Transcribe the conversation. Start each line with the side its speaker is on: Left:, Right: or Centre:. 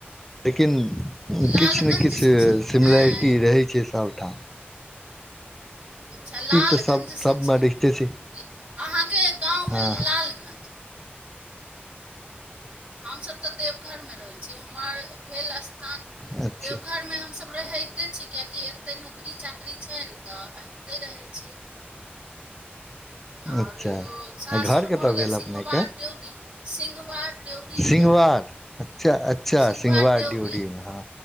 Centre: लेकिन
Right: लालगंजसँ
Centre: किछ ने किछ
Right: छी अहाँ
Centre: सिमिलेरिटी
Right: नहि
Centre: रहै छै सबठाम।
Right: अच्छा लालगंजसँ
Centre: तऽ सभ सभमे
Right: छी अहां,
Centre: रहिते छै
Right: ल-अहाँके गाँव
Centre: हँ
Right: भेल लालगंज। हमसभ तऽ देवघरमे रहै छी, हम्मर भेल स्थान
Centre: अच्छा
Right: देवघरमे हमसभ रहैतेछी, कियेकि एत्ते नौकरी चाकरी छैन तऽ, एत्तय रहै छी। आओर
Centre: अच्छा
Right: ओ सासुर
Centre: घर कतऽ
Right: भऽ
Centre: भेल
Right: गेल
Centre: अपनेके
Right: सिंहबार ड्योढ़ी, सिंहवार ड्योढ़ी
Centre: सिङंगवार,
Right: भेल
Centre: अच्छा -अच्छा
Right: सिंहवार
Centre: सिङंगवार
Right: ड्योढ़ी
Centre: ढ्योढ़ीमे हँ।